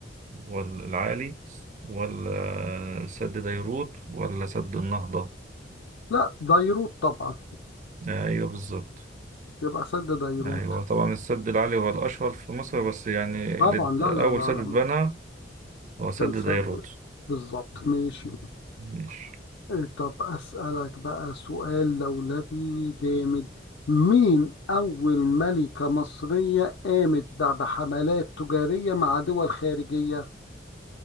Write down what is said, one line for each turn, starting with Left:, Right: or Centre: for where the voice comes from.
Right: ولا العالي ولا سد ديروت ولا سد النهضه
Left: لا ديروت طبعا
Right: آه، ايوه بالظبط
Left: يبقى سد ديروت
Right: ايوه طبعا السد العالي هو الاشهر في مصر بس يعني
Left: طبعا
Right: اللي-
Left: لا لا
Right: اول
Left: لا
Right: سد اتبنى
Left: لا
Right: هو سد
Left: كان سد
Right: دايرود
Left: بالظبط ماشي
Right: ماشي
Left: إيه، طب أسألك بقى سؤال لولبي جامد مين أول ملكة مصرية قامت ب- بحملات تجارية مع دول خارجية؟